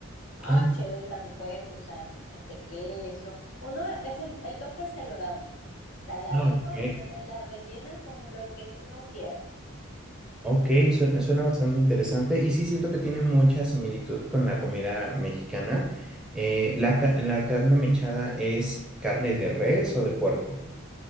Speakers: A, on the left; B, in the centre.
A: Ah,
B: Ah,
A: chévere, también puedes usar este queso. Uno es el, el toque se lo da a uno. O sea, la
B: no,
A: arepa
B: ok,
A: uno le- la rellena con lo que uno quiera
B: Ok, suena, suena bastante interesante y sí siento que tiene mucha similitud con la comida mexicana. Eh, la, ca- la carne mechada es carne de res o de puerco.